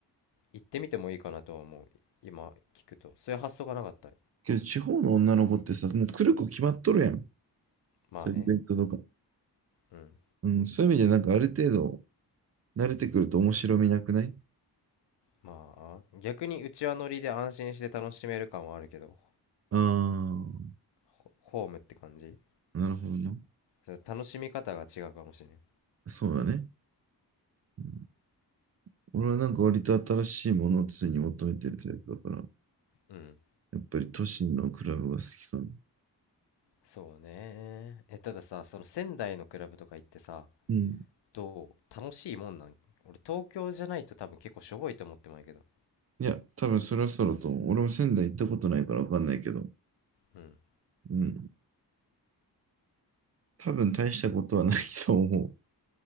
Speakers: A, on the left (about 80°); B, on the right (about 40°).
A: 行ってみてもいいかなとは思う今聞くとそういう発想がなかった
B: けど、地方の女の子ってさ、もう来る子決まっとるやん。
A: まあね
B: そういうイベントとか。
A: うん
B: うん。そういう意味で、なんかある程度、慣れてくると面白みなくない
A: まあ逆にうちわ乗りで安心して楽しめる感はあるけど
B: ああ
A: ホホームって感じ
B: ー、なるほどな。
A: そう楽しみ方が違うかもしれん
B: そうだね。うん俺はなんか割と新しいものを常に求めてるタイプだから、
A: うん
B: やっぱり都心のクラブが好きかな。
A: そうねえたださその仙台のクラブとか行ってさ
B: うん。
A: と楽しいもんなん俺東京じゃないと多分結構しょぼいと思ってまうけど
B: いや、多分そろそろと思う、俺も仙台行ったことないからわかんないけど、
A: うん、
B: うん。多分大したことはないと思